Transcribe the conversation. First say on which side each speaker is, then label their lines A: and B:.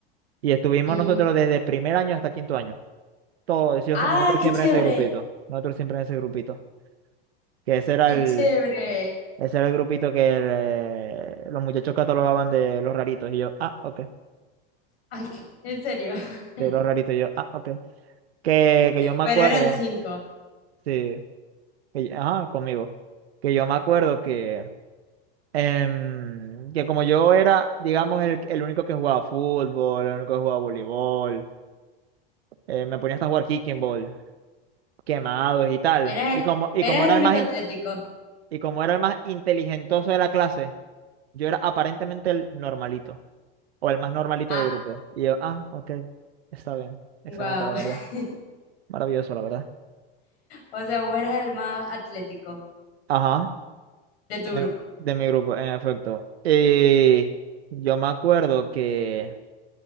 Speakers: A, on the right; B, on the left.
A: Y estuvimos
B: mm.
A: nosotros desde primer año hasta quinto año. Todos, yo
B: Ah,
A: sé- nosotros
B: qué
A: siempre
B: chévere,
A: en ese grupito, nosotros siempre en ese grupito, que ese era
B: qué
A: el,
B: chévere.
A: Ese era el grupito que eh, los muchachos catalogaban de los raritos. Y yo, ah, ok.
B: Ay, qué- en serio. <laughs>
A: De los raritos. Y yo, ah, ok. Que, que yo me
B: Pero
A: acuerdo,
B: eran cinco.
A: sí. que yo- ajá, conmigo. Que yo me acuerdo que, em, que como yo era, digamos, el, el único que jugaba fútbol, el único que jugaba voleibol, eh, me ponía hasta a jugar kicking ball, quemados y tal.
B: Eras
A: Y
B: el,
A: como, y
B: eras
A: como era
B: el único
A: el más,
B: atlético.
A: in- y como era el más inteligentoso de la clase, yo era aparentemente el normalito. O el más normalito
B: Ah,
A: del grupo. Y yo, ah, ok, está bien. Excelente,
B: wow.
A: la verdad.
B: <laughs>
A: Maravilloso, la verdad.
B: O sea, vos eras el más atlético
A: Ajá,
B: de tu
A: eh,
B: grupo.
A: de mi grupo, en efecto. Y yo me acuerdo que